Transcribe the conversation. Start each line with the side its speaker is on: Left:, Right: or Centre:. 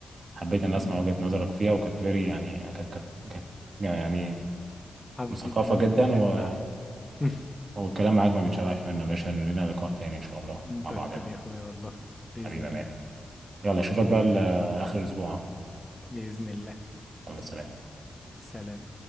Right: حبيت ان اسمع
Left: مم.
Right: وجهة نظرك فيها وكانت فيري يعني كانت كانت كانت يعني
Left: حبيت
Right: مثقفة
Left: إن أنا
Right: جدا
Left: أتكلم
Right: و...
Left: معاك <laughs>
Right: والكلام معاك ما بيتشبعش منه يا باشا لينا لقاء تاني ان شاء الله
Left: أنت
Right: مع بعضنا
Left: أكتر يا أخويا والله بإذن
Right: حبيبي يا
Left: الله
Right: مان يلا اشوفك بقى ل- اخر الاسبوع
Left: بإذن الله
Right: يلا سلام
Left: سلام